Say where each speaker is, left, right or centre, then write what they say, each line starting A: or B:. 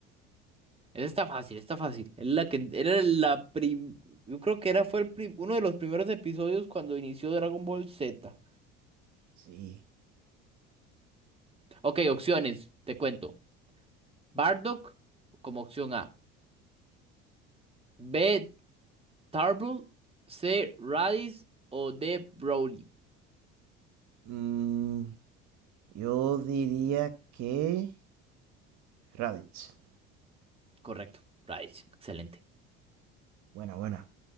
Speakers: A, on the right; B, on the right.
A: Esa está fácil, está fácil. Es la que era la prim, yo creo que era fue el prim- uno de los primeros episodios cuando inició Dragon Ball Z.
B: Sí.
A: Ok, opciones, te cuento. Bardock como opción A. B. Tarbell, C. Radish o D. Broly.
B: Mm, yo diría que Raditz.
A: Correcto, Radish. Excelente.
B: Buena, buena.